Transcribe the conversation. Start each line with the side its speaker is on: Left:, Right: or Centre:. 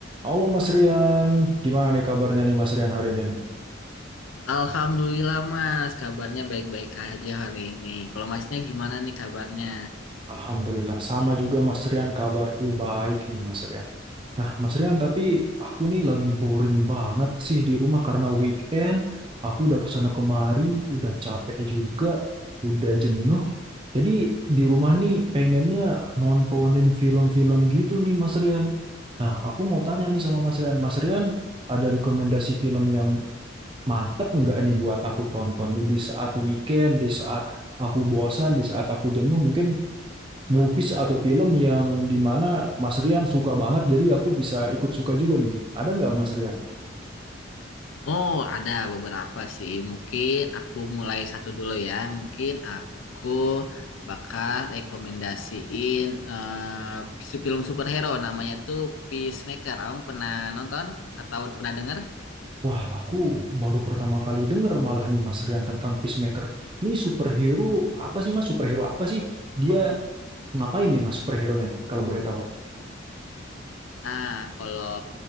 Right: Halo Mas Rian, gimana nih kabarnya nih Mas Rian hari ini nih?
Left: Alhamdulillah Mas, kabarnya baik-baik aja hari ini. Kalau Masnya gimana nih kabarnya?
Right: Alhamdulillah, sama juga Mas Rian kabarku baik nih Mas Rian. Nah Mas Rian tapi aku nih lagi boring banget sih di rumah karena weekend, aku udah kesana kemari, udah capek juga, udah jenuh. Jadi di rumah nih pengennya nontonin film-film gitu nih Mas Rian. Nah aku mau tanya nih sama Mas Rian, Mas Rian ada rekomendasi film yang mantep nggak nih buat aku tonton. Jadi di saat weekend, di saat aku bosan, di saat aku jenuh, mungkin movies atau film yang dimana Mas Rian suka banget, jadi aku bisa ikut suka juga nih. Ada nggak Mas Rian?
Left: Oh, ada beberapa sih. Mungkin aku mulai satu dulu ya. Mungkin aku bakal rekomendasiin eh si film superhero namanya tuh Peacemaker. Abang pernah nonton atau pernah denger?
Right: Wah, aku baru pertama kali denger malah nih Mas Rian tentang Peacemaker. Ini superhero apa sih Mas? Superhero apa sih? Dia ngapain nih Mas superhero-nya nih, kalau boleh tahu?
Left: Nah, kalau